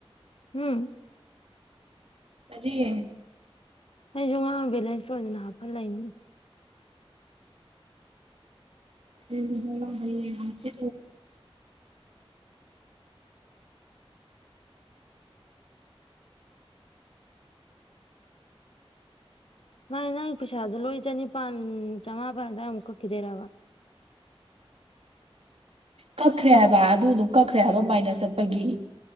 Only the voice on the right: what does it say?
ꯀꯔꯤꯌꯦ
ꯎ ꯍ ꯍꯥꯏꯁꯤ
ꯀꯛꯈ꯭ꯔꯦ ꯍꯥꯏꯕ ꯑꯗꯨ ꯑꯗꯨꯝ ꯀꯛꯈ꯭ꯔꯦ ꯍꯥꯏꯕ ꯃꯥꯏꯅ ꯆꯠꯄꯒꯤ